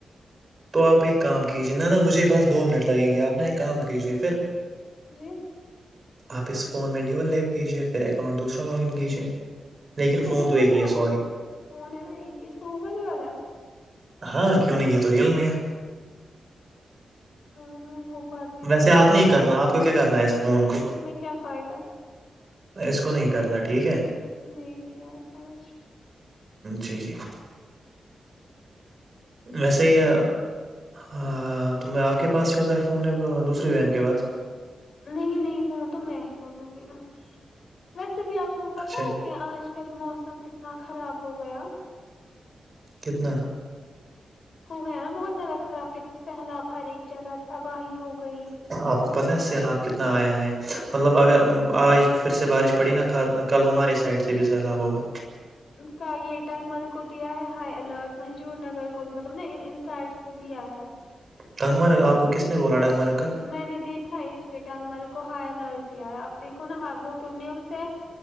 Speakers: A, on the right; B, on the left.
A: تو آپ ایک کام کیجیے نہ نہ مجھے بس دو منٹ لگیں گے آپ ن ایک کام کیجیے پھر
B: جی
A: آپ اس فون میں ڈی وون لییک کیجے پھر اکاؤنٹ دوسرا لاگ ان کیجیے لیکن
B: اس کو
A: فون
B: ہوگا
A: تو ایک
B: جو
A: ہی
B: والا
A: ہے سوری
B: فون ہے نا یہ اس کو ہوگل ہی والا ہےپ
A: ہاں کیوں نہیں ہے تو ریئل مں
B: ہاں بو بات بھی
A: ویسے
B: ہے
A: آپ
B: لیکن
A: نہیں کرنا آپ کو کیا کرنا ہے اس فون کو
B: اس میں کیا فائدہ
A: اس کو نہیں کرنا ٹھیک ہے
B: جی جی آ سمجھ
A: جی جی
B: <unintelligible> <inaudible>
A: ویسے یہ ہاں تو آپ کے پاس ہی ہوتا ہے فون دوسری وین کے پاس
B: نہیں نہیں فون تو میں ہی پکڑوں گی نا ویسے بھی آپ کو پتا
A: اچھا
B: ہے کہ آج آج کل موسم کتنا خراب ہو گیا
A: کتنا
B: ہو گیا نا بہت زیادہ خراب دیکھو سیلاب ہر ایک جگہ تباہی ہو گئی
A: آپ کو پتا ہے سیلاب کتنا آیا ہے مطلب اگر آج پھر سے بارش پڑی نہ کل ہمارے سائڈ سے بھی سیلاب ہوگا
B: کا یہ ٹنگ مر کو دیا ہے ہائی الرٹ مہجور نگر کو مطلب نا ان ان سائٹس کو دیا ہے
A: ڈنگ مرگ آپ کو کس نے بولا ڈنگ مرگ کا
B: میں نے دیکھا اس پہ ٹانگمل کو ہائی الرٹ دیا ہے اپ دیکھو نا وہ تو نیوز ہے